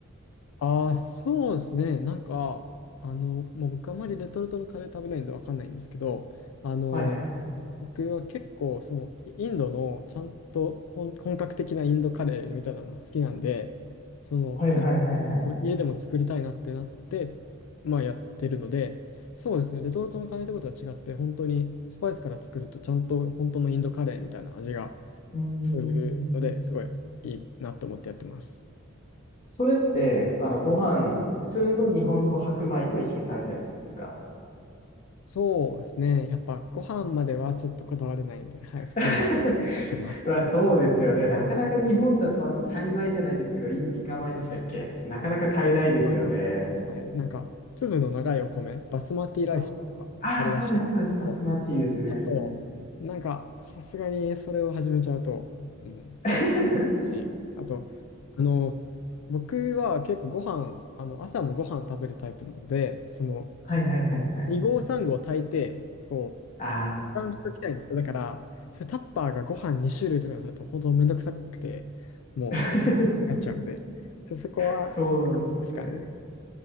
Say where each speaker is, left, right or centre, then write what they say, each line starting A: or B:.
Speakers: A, on the left; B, on the left.
A: ああ、そうですね。なんか、あの、もう僕あまりレトルトのカレー食べないんでわかんないんですけど、あの、
B: はいはいはい。
A: 僕は結構そのインドのちゃんと本本格的なインドカレーみたいなのが好きなんで、その、
B: はいはいはいはいはい。
A: そうこう家でも作りたいなってなって、まあやってるので、そうですね、レトルトのカレーってことは違って、本当にスパイスから作ると、ちゃんと本当のインドカレーみたいな味が
B: うーん。
A: するので、すごいいいなと思ってやってます。
B: それって、あの、ご飯、普通の日本の白米と一緒に食べたりするんですか
A: そうですね、やっぱご飯まではちょっとこだわれないんで、はい、普通の米でやってます。
B: <laughs> まあ、そうですよね。なかなか日本だと、あの、タイ米じゃないですけど、インディカ米でしたっけなかなか買えないですよね。
A: なんかそういうのあります。はい、なんか粒の長いお米、バスマティライスとかあるらしいんですけど、
B: そうああ、そうです、そうです。バスマティですね。
A: ちょっと、なんか、さすがにそれを始めちゃうと、うん、高いですし、
B: <laughs>
A: あと、あの、僕は結構ご飯、あの、朝もご飯食べるタイプなので、その、
B: はいはいはいはい。
A: 2合3合炊いて、こう、
B: あ
A: 保管しときたいんですよ。だから、それタッパーがご飯2種類とかになると、本当めんどくさくて、もう、
B: あ、<laughs>
A: なっちゃうんで、ちょっとそこは、
B: そうですよね。
A: ですかね。